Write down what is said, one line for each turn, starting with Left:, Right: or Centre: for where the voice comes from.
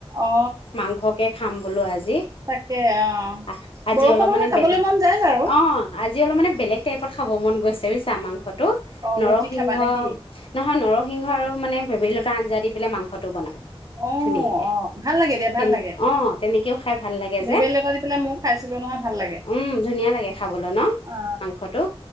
Right: অ
Left: মাংসকে খাম বোলো আজি
Right: তাকে অ
Left: অহ আজি
Right: বৰষুণ
Left: অলপ
Right: হলে
Left: মানে
Right: খাবলৈ
Left: বেলেগ
Right: মন যায় বাৰু
Left: অ আজি অলপ মানে বেলেগ টাইপত খাব মন গৈছে বুইচা মাংসটো
Right: অ
Left: নৰিংহ
Right: ৰুটি খাবা নে কি?
Left: নহয় নৰ সিংহ আৰু মানে ভেবেলিলতা আঞ্জা দি পেলাই মাংসটো বনাম।
Right: অ
Left: ধুনীয়াকে
Right: অ ভাল লাগে দিয়া
Left: তেনে
Right: ভাল লাগে
Left: অ তেনেকেও খাই ভাল লাগে
Right: ভেবেলিলতা
Left: যে
Right: দি পেলাই মইয়ো খাইছিলো নহয়। ভাল লাগে।
Left: উম ধুনীয়া লাগে খাবলৈ ন।
Right: অ
Left: মাংসটো